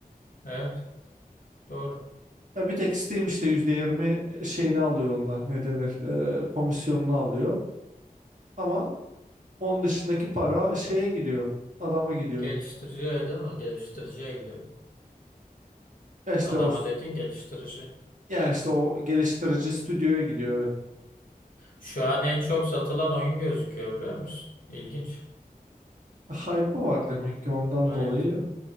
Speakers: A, on the left; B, on the right.
A: Evet. Doğru.
B: Ya bir tek Steam işte %20 şeyini alıyor ondan ne denir eee, komisyonunu alıyor. Ama onun dışındaki para şeye gidiyor adama gidiyor.
A: Geliştiriciye değil mi? Geliştiriciye gidiyor.
B: E işte
A: Adama
B: o
A: dediğin geliştirici.
B: Ya işte o geliştirici stüdyoya gidiyor. Evet.
A: Şu an en çok satılan oyun gözüküyor biliyor musun? İlginç.
B: Hype'ı var demek ki ondan
A: Vay
B: dolayı.
A: be.